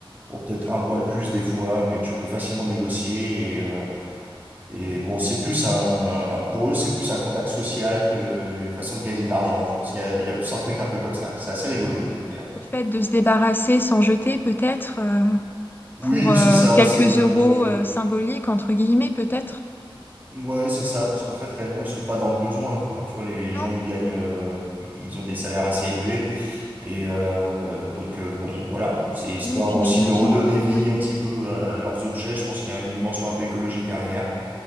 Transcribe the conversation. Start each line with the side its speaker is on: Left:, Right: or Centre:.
Right: Bon, peut-être
Left: oui.
Right: un poil plus des fois, mais tu peux facilement négocier. Et, euh, et bon, c'est plus un, un- pour eux c'est plus un contact social que une façon de gagner de l'argent. Je pense qu'il y a, il y a plus un truc un peu comme ça. C'est assez rigolo d'ailleurs.
Left: Le fait de se débarrasser sans jeter, peut-être. euh,
Right: Oui,
Left: pour euh,
Right: c'est ça.
Left: quelques
Right: C'est euh,
Left: euros euh, symboliques, entre guillemets, peut-être.
Right: Ouais, c'est ça, parce qu'en fait, réellement, ils sont pas dans le besoin, quoi. Tu vois, les
Left: Non?
Right: gens, ils gagnent, euh, ils ont des salaires assez élevés, et euh, donc euh, bon, voilà, c'est histoire
Left: Oui, puis
Right: aussi
Left: j'imagine.
Right: de redonner vie
Left: Oui,
Right: un petit peu à leurs objets. Je pense qu'il y a une dimension un peu écologique derrière,